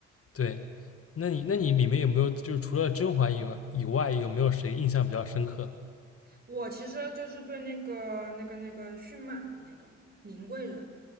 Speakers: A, on the left; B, on the right.
A: 对，那你那你里面有没有就是除了甄嬛以外以外，有没有谁印象比较深刻？
B: 我其实就是对那个那个那个驯马的那个宁贵人，